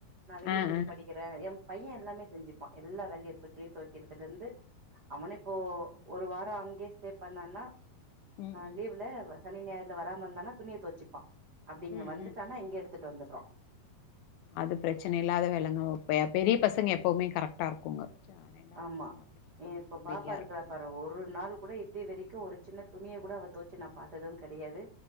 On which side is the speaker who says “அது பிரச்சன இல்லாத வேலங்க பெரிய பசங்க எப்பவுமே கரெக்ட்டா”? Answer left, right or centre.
Left